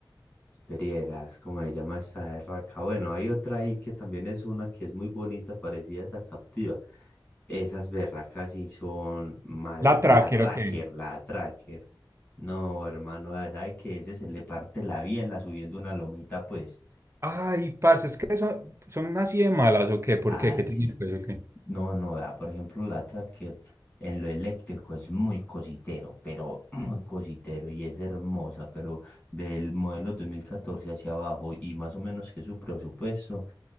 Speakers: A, on the left; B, on the right.
A: Perieras, cómo se llama esa de raca? Bueno, hay otra ahí que también es una que es muy bonita, parecida a esa captiva. Esas berracas sí son malas.
B: La tracker,
A: La tracker,
B: ¿o qué?
A: la tracker. No, hermano, ya sabe que ese se le parte la biela subiendo una lomita, pues.
B: Ay, parce, es que son, son así de malas, ¿o qué? ¿Por
A: Así.
B: qué? ¿Qué tiene pues, o qué?
A: No, no, vea, por ejemplo, la tracker en lo eléctrico es muy cositero, pero <clears throat> muy cositero y es hermosa, pero del modelo 2014 hacia abajo y más o menos que su presupuesto.